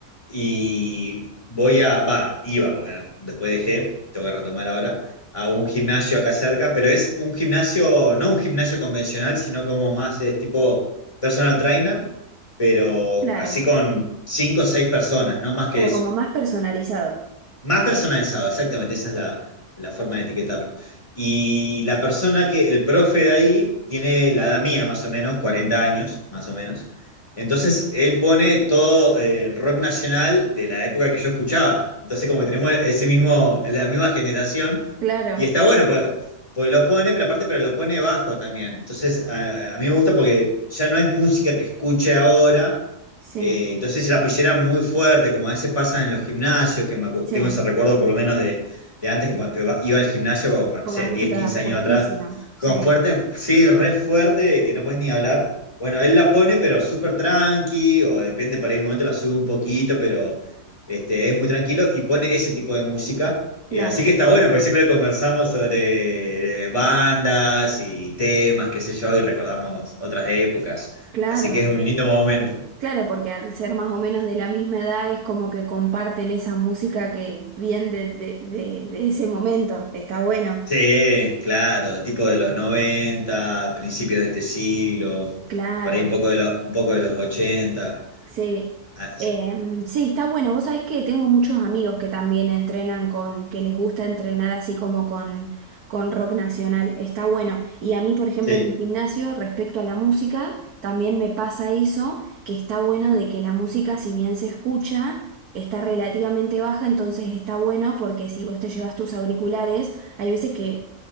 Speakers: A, on the left (about 20°); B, on the right (about 80°).
A: y voy a, va, iba, porque después dejé, tengo que retomar ahora, a un gimnasio acá cerca, pero es un gimnasio, no un gimnasio convencional, sino como más es tipo personal trainer, pero
B: Claro,
A: así con cinco o seis personas, no más que
B: claro,
A: eso.
B: como más personalizado.
A: Más personalizado, exactamente, esa es la, la forma de etiquetarlo. Y la persona que, el profe de ahí, tiene la edad mía, más o menos, 40 años, más o menos. Entonces, él pone todo eh, rock nacional de la época que yo escuchaba. Entonces, como que tenemos ese mismo, la misma generación,
B: Claro,
A: y está bueno, pues, pues lo pone, pero aparte, pero lo pone bajo también. Entonces, a, a mí me gusta porque ya no es música que escuche ahora
B: sí,
A: eh, entonces se la pusieran muy fuerte, como a veces pasa en los gimnasios, que me acu-
B: sí,
A: tengo ese recuerdo por lo menos de, de antes que, pa- que va- iba al gimnasio, no
B: con
A: sé,
B: la música
A: 10, 15
B: fortísima,
A: años atrás,
B: sí,
A: con fuerte, sí, re fuerte, que no puedes ni hablar. Bueno, él la pone, pero súper tranqui, o depende, para el momento la sube un poquito, pero este, es muy tranquilo y pone ese tipo de música.
B: claro,
A: Eh, así que está bueno, porque siempre conversamos sobre eh, bandas y temas, qué sé yo, y recordamos otras épocas.
B: claro.
A: Así que es un lindo momento.
B: Claro, porque al ser más o menos de la misma edad es como que comparten esa música que viene de, de- de- de ese momento. Está bueno.
A: Sí, claro, tipo de los 90, principios de este siglo,
B: Claro.
A: por ahí un poco de, lo- un poco de los ochenta,
B: Sí,
A: Ah, sí,
B: Em, sí, está bueno. Vos sabés que tengo muchos amigos que también entrenan con, que les gusta entrenar así como con, con rock nacional. Está bueno. Y a mí, por ejemplo,
A: sí.
B: en mi gimnasio, respecto a la música, también me pasa eso, que está bueno de que la música, si bien se escucha, está relativamente baja, entonces está bueno porque si vos te llevas tus auriculares, hay veces que